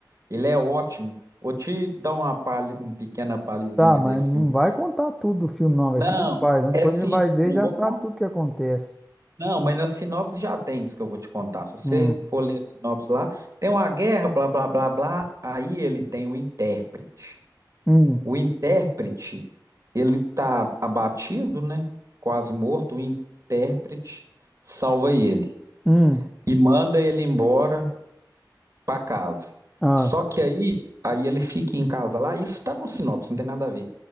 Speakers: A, on the right (about 45°); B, in the centre.
A: Ele é ótimo. Vou te dar uma, palha, uma pequena palhinha
B: Tá, mas
A: desse
B: não
A: filme.
B: vai contar tudo do filme, não, velho.
A: Não,
B: Senão é pai, né? Depois
A: é sim,
B: a gente vai ver
A: não
B: e já
A: vou
B: sabe
A: contar.
B: tudo que acontece.
A: Não, mas na sinopse já tem isso que eu vou te contar. Se você
B: Hum,
A: for ler a sinopse lá, tem uma guerra, blá, blá, blá, blá. Aí ele tem o intérprete.
B: hum,
A: O intérprete, ele tá abatido, né? Quase morto. O intérprete salva ele
B: hum,
A: e manda ele embora para casa.
B: ah,
A: Só que aí, aí ele fica em casa lá, isso tá no sinopse, não tem nada a ver.